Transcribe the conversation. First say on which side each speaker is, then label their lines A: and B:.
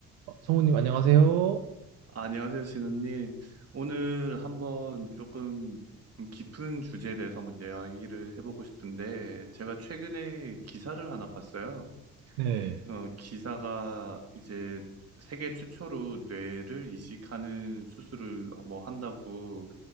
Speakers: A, on the right; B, on the right.
A: 아, 성우님, 안녕하세요.
B: 아, 안녕하세요, 신원님. 오늘 한번 조금 좀 깊은 주제에 대해서 한번 이야기를 해보고 싶은데, 제가 최근에 기사를 하나 봤어요.
A: 네.
B: 어, 기사가 이제 세계 최초로 뇌를 이식하는 수술을 뭐 한다고